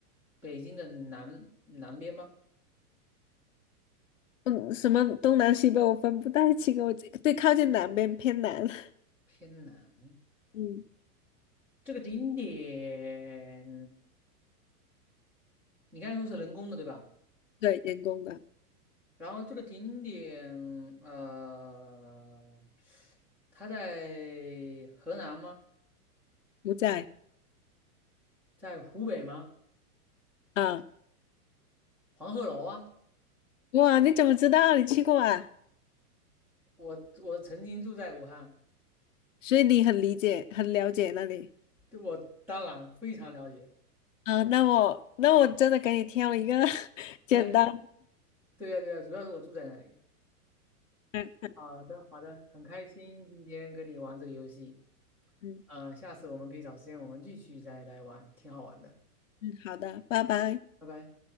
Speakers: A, in the centre; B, on the left.
A: 北京的南南边吗？
B: 嗯，什么东南西北我分不太清，我这对靠近南边偏南。<laughs>
A: 偏南。
B: 嗯，
A: 这个景点，你刚才说是人工的，对吧？
B: 对，员工的
A: 然后这个景点，呃，它在河南吗？
B: 不在
A: 在湖北吗？
B: 啊。
A: 黄鹤楼啊，
B: 哇，你怎么知道？你去过啊？
A: 我我曾经住在武汉，
B: 所以你很理解，很了解那里
A: 对我当然非常了解。
B: 啊。那我那我真的给你挑一个 <laughs>
A: <laughs>
B: 简单
A: 对呀，对呀，主要是我住在那里。
B: 嗯
A: 好的，好的，很开心今天跟你玩这个游戏，
B: 嗯
A: 呃，下次我们可以找时间我们继续再来玩，挺好玩的，
B: 嗯，好的，拜拜。
A: 拜拜。